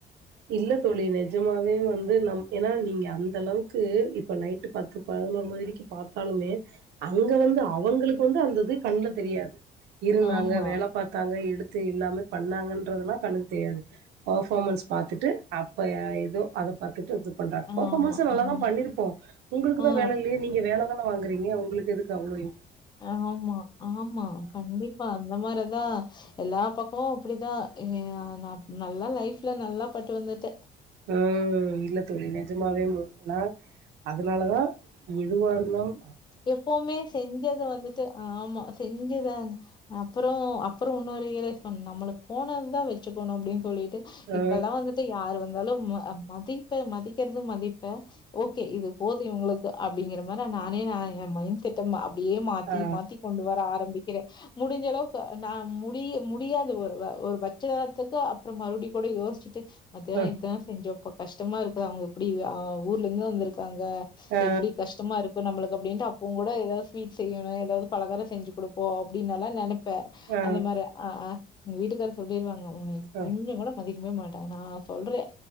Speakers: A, on the right; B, on the left.
A: இல்ல தோழி நிஜமாவே வந்து நம் ஏன்னா நீங்க அந்த அளவுக்கு இப்ப நைட்டு பத்து பதினொரு மணிவரைக்கு பார்த்தாலுமே அங்க வந்து அவங்களுக்கு வந்து அந்தது கண்ணல தெரியாது இருந்தாங்க
B: ஆமா
A: வேலை பார்த்தாங்க எடுத் து எல்லாமே பண்ணாங்கன்றதுல்லா கண்ணுக்கு தெரியாது பர்ஃபாமென்ஸ் பார்த்துட்டு அப்ப ஏதோ அத பார்த்துட்டு து பண்ற
B: ஆமா
A: பர்ஃபார்மன்ஸ் நல்ல
B: ஆம்
A: தான் பண்ணிருப்போ உங்களுக்கு
B: ஆ
A: தான் வேலை இல்லையே நீங்க வேலை தான சம்பளம் வாங்குறீங்க உங்களுக்கு எதுக்கு அவ்வளோ
B: ஆமா ஆமா கண்டிப்பா அந்த மாரிதா எல்லா பக்க இப்போ அப்படிதான் நான் நல்லா லைஃப்ல நல்லா பட்டு வந்துட்ட
A: ம் இல்ல தோழி நிஜமாவே ஆனா அதனால தான் எதுவா இருந்தாலு
B: எப்பவுமே செஞ்சது வந்துட்டு ஆமா செஞ்சத அப்புறம் அப்புறம் இன்னும் ரியலைஸ் பண்ண நம்மளுக்கு போனதுதான் வச்சுக்கணு அப்படின்னு சொல்லிட்டு
A: ஆ
B: இப்பல்லா வந்துட்டு யார்ரு வந்து மதிப்ப மதிக்கறிறது மதிப்ப ஓகே இது போதுும் இவங்களுக்கு அப்படிங்கிற மாரி நானே நான் என் மைண்ட் செட்ட அப்படியே மாத்தி
A: ஆ
B: மாத்தி கொண்டு வர ஆரம்பிக்கிறே முடிஞ்சளவுக்கு நான் முடிய முடியாது ஒரு ஒரு பட்சத்துக்கு அப்புறம் மறுபடிய கூட யோசிச்சுட்டு மத்தியானம்
A: அ
B: இதுதான் செஞ்சோ இப்ப கஷ்டமா இருக்குது அவங்க எப்படி ஊர்ல இருந்து வந்திருக்கு இருக்காங்க
A: ஆ
B: எப்படி கஷ்டமா இருக்கும் நம்மளுக்கு அப்படின் அப்பவும் கூட ஏதாவது ஸ்வீட் செய்யணும் ஏதாவது பலகராம் செஞ்சு கொடுப்போ அப்படின்னால நினப் ப்ப
A: ஆ
B: அந்த மாரி ஆ ஆ எங்க வீட்டுக்கார சொல்லிிருவாங்க உன்னை
A: ஆ
B: கொஞ்சம் கூட மதிக் க மாட்டாங்க நான் சொல்றே